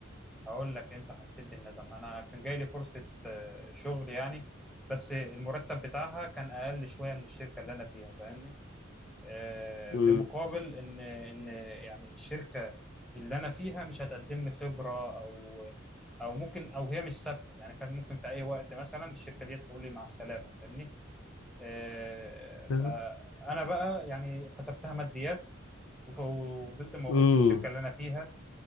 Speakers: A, in the centre; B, on the left.
A: هقول لك امتى حسيت بالندم انا كان جاي لي فرصه آه، شغل يعني بس المرتب بتاعها كان اقل شويه من الشركه اللي انا فيها فاهمني آه،
B: امم
A: في مقابل ان ان يعني الشركه اللي انا فيها مش هتقدم لي خبره او او ممكن او هي مش ثابته يعني كان ممكن في اي وقت مثلا الشركه دي تقول لي مع السلامه فاهمني آه،
B: فاهم؟
A: فانا بقى يعني حسبتها ماديات وف- وفضلت موجود
B: امم
A: في الشركه اللي انا فيها